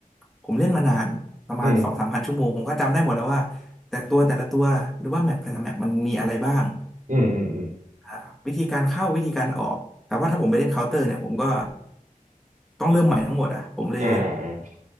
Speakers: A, in the centre; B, on the right.
A: ผมเล่นมานานประมาณสองสามพันชั่วโมงผมก็จำได้หมดแล้วว่าแต่ตัวแต่ละตัวหรือว่าแมปแต่ละแมปมันมีอะไรบ้าง
B: มอืมอืมอืมอืม
A: อ่าวิธีการเข้าวิธีการออกแต่ว่าถ้าผมไปเล่นเคาน์เตอร์เนี่ยผมก็ต้องเริ่มใหม่ทั้งหมดอ่ะผมเลย
B: อ่าอ่า